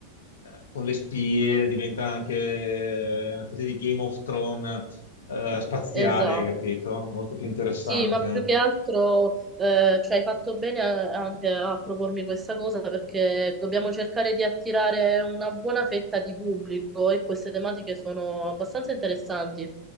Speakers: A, on the left (about 65°); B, on the right (about 15°).
A: eh, con le spie diventa anche una specie di Game of Thrones eh, spaziale,
B: esatto.
A: capito? Molto più interessante.
B: Sì, ma più che altro, eh, cioè, hai fatto bene a- anche a propormi questa cosa perché dobbiamo cercare di attirare una buona fetta di pubblico e queste tematiche sono abbastanza interessanti.